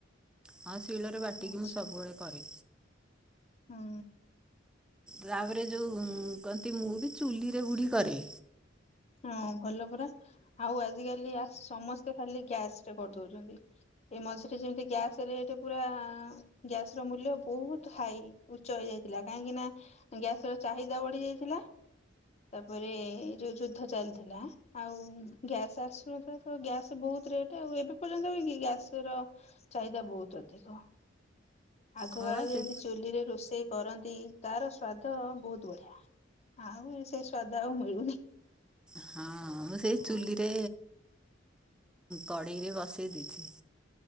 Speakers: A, in the centre; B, on the left.
A: ହଁ ଶିଳରେ ବାଟିକି
B: ଆଚ୍ଛା,
A: ମୁଁ ସବୁବେଳେ କରେ।
B: ହୁଁ।
A: ତାପରେ ଯେଉଁ କହନ୍ତି ମୁଁ ବି ଚୁଲିରେ ବୁଢ଼ୀ କରେ।
B: ହଁ, ଭଲ ପରା। ଆଉ ଆଜିକାଲି ସମସ୍ତେ ଖାଲି ଗ୍ୟାସ ରେ କରିଦଉଛନ୍ତି। ଏଇ ମଝିରେ ଯେମିତି ଗ୍ୟାସ ରେଟ୍ ପୁରା ଗ୍ୟାସ ର ମୂଲ୍ୟ ବହୁତ ହାଇ। ଉଚ୍ଚ ହେଇଯାଇଥିଲା କାହିଁକି ନା ଗ୍ୟାସ ର ଚାହିଦା ବଢି ଯାଇଥିଲା। ତାପରେ ଏଇ ଯୋଉ ଯୁଦ୍ଧ ଚାଲିଥିଲା, ଆଉ ଗ୍ୟାସ ଆସୁନଥିଲା ତ ଗ୍ୟାସ ବହୁତ ରେଟ ଆଉ ଏବେ ପର୍ଯ୍ୟନ୍ତ ବି କି ଗ୍ୟାସ ର ଚାହିଦା ବହୁତ ଅଧିକ ଆଗକାଳରେ
A: ହଁ ବା ସେ
B: ଯେମିତି ଚୁଲିରେ ରୋଷେଇ କରନ୍ତି ତାର ସ୍ଵାଦ ବହୁତ ବଢିଆ, ଆଉ ସେ ସ୍ଵାଦ ଆଉ ମିଳୁନି।
A: ହଁ ମୁଁ ସେଇ
B: ହଁ
A: ଚୁଲିରେ କଡ଼େଇରେ ବସେଇ ଦେଇଛି।